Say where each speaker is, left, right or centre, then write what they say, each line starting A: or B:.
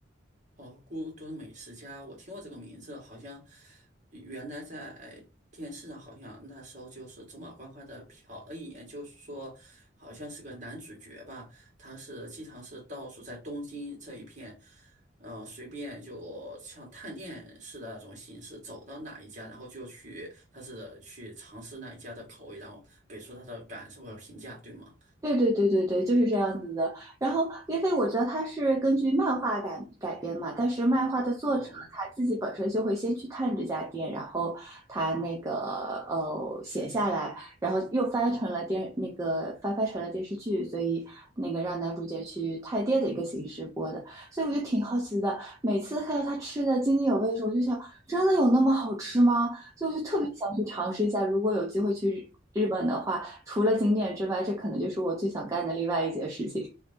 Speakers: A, on the right; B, on the right.
A: 哦，孤独美食家，我听过这个名字，好像原来在电视上，好像那时候就是走马观花的瞟了一眼，就是说好像是个男主角吧，他是经常是到处在东京这一片，嗯，随便就像探店似的那种形式，走到哪一家，然后就去，他是去尝试那一家的口味，然后给出他的感受和评价，对吗？
B: 对对对对对，就是这样子的。然后，因为我觉得它是根据漫画改改编嘛，但是漫画的作者他自己本身就会先去看这家店，
A: 哦。
B: 然后他那个呃写下来，然后又翻成了电那个翻拍成了电视剧，所以那个让男主角去探店的一个形式播的。所以我就挺好奇的，每次看到他吃的津津有味的时候，我就想，真的有那么好吃吗？所以我就特别想去尝试一下，如果有机会去日本的话。除了景点之外，这可能就是我最想干的另外一件事情。